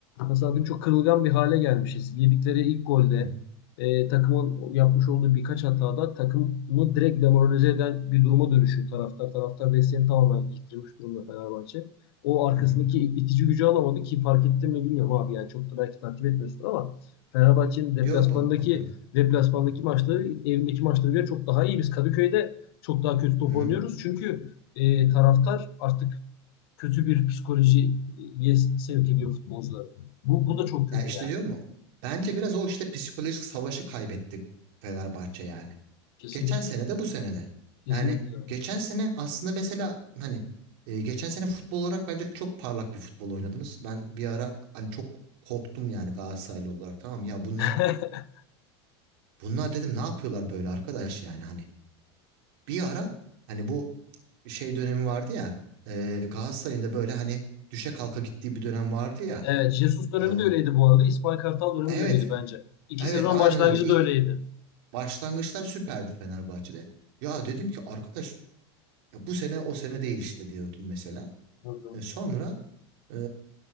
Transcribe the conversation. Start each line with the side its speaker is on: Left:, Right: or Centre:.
Left: nasıl diyeyim çok kırılgan bir hale gelmişiz. Yedikleri ilk golde
Right: Hı hı.
Left: e, takımın yapmış olduğu birkaç hatada takımı direkt demoralize eden bir duruma dönüşüyor taraftar. Taraftar desteğini tamamen yitirmiş durumda Fenerbahçe. O arkasındaki
Right: Hı hı.
Left: itici gücü alamadı ki fark ettin mi bilmiyorum abi yani çok da belki takip etmiyorsun ama Fenerbahçe'nin deplasmandaki
Right: Yo bak bakıyorum.
Left: deplasmandaki maçları evindeki maçlara göre çok daha iyi. Biz Kadıköy'de çok daha kötü top
Right: Hı hı.
Left: oynuyoruz. Çünkü e, taraftar artık kötü bir psikolojiye sevk ediyor futbolcuları. Bu, bu da çok kötü
Right: Ya işte
Left: yani.
Right: diyor mu? Bence biraz o işte psikolojik savaşı kaybettik Fenerbahçe yani.
Left: Kesinlikle.
Right: Geçen sene de bu sene de.
Left: Kesinlikle.
Right: Yani geçen sene aslında mesela hani e, geçen sene futbol olarak bence çok parlak bir futbol oynadınız. Ben bir ara hani çok korktum yani Galatasaraylı olarak tamam ya bunlar
Left: <laughs>
Right: bunlar dedim ne yapıyorlar böyle arkadaş yani hani bir ara hani bu şey dönemi vardı ya e, Galatasaray'ın da böyle hani düşe kalka gittiği bir dönem vardı ya.
Left: Evet, Jesus dönemi
Right: E,
Left: de öyleydi bu arada. İsmail Kartal dönemi
Right: evet
Left: de öyleydi bence. İki
Right: evet
Left: sezon
Right: aynen
Left: başlangıcı
Right: öyle ilk
Left: da öyleydi.
Right: başlangıçlar süperdi Fenerbahçe'de. Ya dedim ki arkadaş ya bu sene o sene değil işte diyordum mesela.
Left: Doğru
Right: E, sonra e,